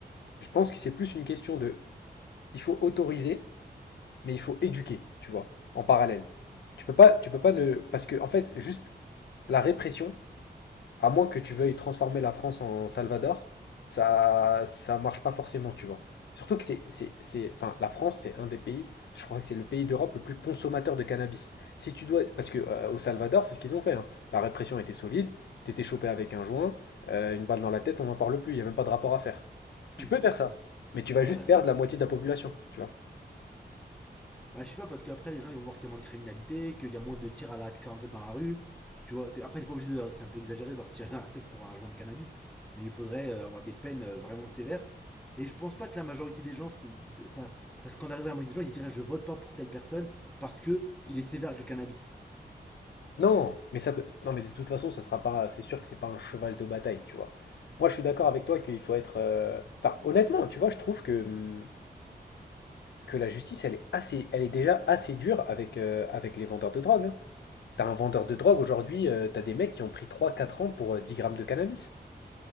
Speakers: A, on the left (about 80°); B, in the centre.
A: je pense que c'est plus une question de. Il faut autoriser mais il faut éduquer, tu vois, en parallèle. Tu peux pas, tu peux pas ne... Parce que, en fait, juste la répression, à moins que tu veuilles transformer la France en Salvador, ça, ça marche pas forcément, tu vois. Surtout que c'est, c'est, c'est, enfin, la France, c'est un des pays, je crois que c'est le pays d'Europe le plus consommateur de cannabis. Si tu dois, parce que euh, au Salvador, c'est ce qu'ils ont fait, hein. La répression était solide, t'étais chopé avec un joint, euh, une balle dans la tête, on n'en parle plus, il n'y a même pas de rapport à faire. Tu
B: <laughs>
A: peux faire ça, mais tu vas
B: Ouais.
A: juste perdre la moitié de la population, tu vois.
B: Bah, je sais pas, parce qu'après, les gens ils vont voir qu'il y a moins de criminalité, qu'il y a moins de tirs à la 47 dans la rue. Tu vois, t'es- après, t'es pas obligé de. leur- C'est un peu exagéré de leur tirer dans la tête pour un joint de cannabis, mais il faudrait euh, avoir des peines euh, vraiment sévères. Et je pense pas que la majorité des gens, se- de- ça, ça scandaliserait la moitié des gens, ils se diraient je vote pas pour telle personne parce que il est sévère avec le cannabis.
A: Non, mais ça peut... non, mais de toute façon, ce sera pas. C'est sûr que c'est pas un cheval de bataille, tu vois. Moi, je suis d'accord avec toi qu'il faut être. euh, Enfin, honnêtement, tu vois, je trouve que hum, que la justice, elle est assez, elle est déjà assez dure avec euh, avec les vendeurs de drogue. hein. T'as un vendeur de drogue aujourd'hui, euh, t'as des mecs qui ont pris trois quatre ans pour euh, 10 grammes de cannabis.